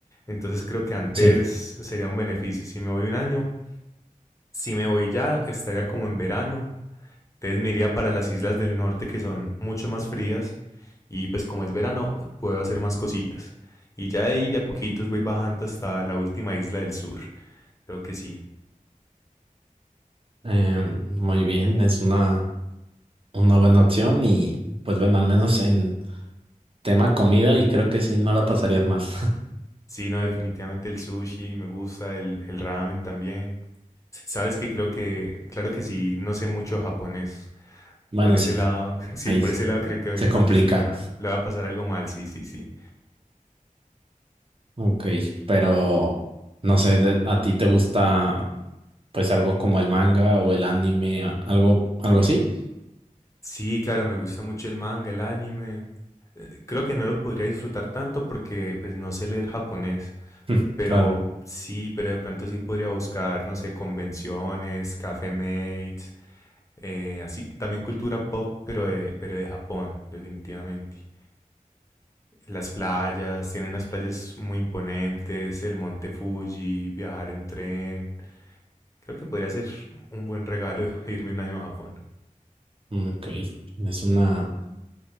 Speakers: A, on the left (about 20°); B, on the right (about 40°).
A: Entonces creo que antes
B: sí,
A: sería un beneficio. Si me voy un año, si me voy ya, estaría como en verano. Entonces me iría para las islas del norte que son mucho más frías. Y pues como es verano, puedo hacer más cositas. Y ya ahí de a poquitos voy bajando hasta la última isla del sur. Creo que sí.
B: em, muy bien, es una, una buena opción y pues bueno, al menos en tema comida y creo que sí, no la pasarías mal. <laughs>
A: Sí, no, definitivamente el sushi me gusta, el, el ramen también. Sabes que creo que, claro que sí, no sé mucho japonés.
B: Bueno,
A: Por ese
B: sí,
A: lado, <laughs> sí,
B: ahí
A: por
B: s-
A: ese lado creo que,
B: se
A: creo
B: complica.
A: que sí la, la va a pasar algo mal, sí, sí, sí.
B: Ok, pero no sé, de- ¿a ti te gusta pues algo como el manga o el anime, a- algo, algo así?
A: Sí, claro, me gusta mucho el manga, el anime. Eh, Creo que no lo podría disfrutar tanto porque pues no sé leer japonés,
B: <laughs>
A: pero
B: Claro,
A: sí, pero de pronto sí podría buscar, no sé, convenciones, café mates, eh, así también cultura pop, pero de, pero de Japón, definitivamente. Las playas, tienen unas playas muy imponentes, el monte Fuji, viajar en tren. Creo que podría ser un buen regalo <laughs> irme un año a Japón.
B: ok, es una,